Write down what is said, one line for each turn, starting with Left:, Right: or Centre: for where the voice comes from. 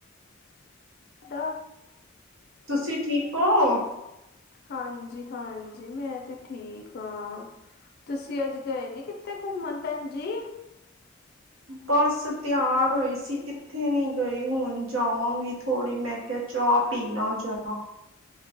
Left: ਡਾ
Right: ਤੁਸੀਂ, ਠੀਕ ਓ?
Left: ਹਾਂਜੀ-ਹਾਂਜੀ, ਮੈਂ ਤੇ ਠੀਕ ਆ। ਤੁਸੀਂ ਅੱਜ ਗਏ ਨੀ, ਕਿਤੇ ਘੁੰਮਣ ਭੈਣ ਜੀ?
Right: ਬਸ ਤਿਆਰ ਹੋਈ ਸੀ, ਕਿੱਥੇ ਨੀ ਗਈ ਹੁਣ ਜਾਵਾਂਗੀ ਥੋੜ੍ਹੀ, ਮੈਂ ਕਿਹਾ ਚਾਹ, ਪੀਣਾ ਚਾਹ